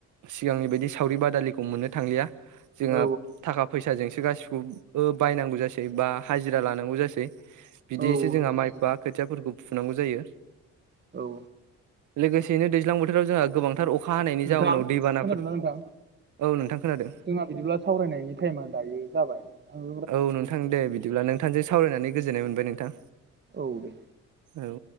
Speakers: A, on the right; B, on the right.
A: सिगांनि बादि सावरि बादालिखौ मोननो थांलिया जोंहा
B: औ
A: थाखा फैसाजोंसो गासिखौबो बायनांगौ जासै बा हाजिरा लानांगौ जासै बिदिसो
B: औ
A: जोंहा
B: नंगौ नंगौ
A: माइबा
B: नोंथां
A: खोथियाफोरखौ फुनांगौ जायो
B: औ
A: लोगोसेयैनो दैज्लां बोथोराव जोंहा गोबांथार अखा हानायनि
B: नोंथां
A: जाउनाव दैबानाफोर
B: खोनादोंना नोंथां
A: औ नोंथां खोनादों
B: जोंहा बिदिब्ला सावरायनायनि टाइमा दायो जाबाय ओं
A: औ नोंथां दे बिदिब्ला नोंथांजों सावरायनानै गोजोननाय मोनबाय नोंथां
B: औ दे
A: औ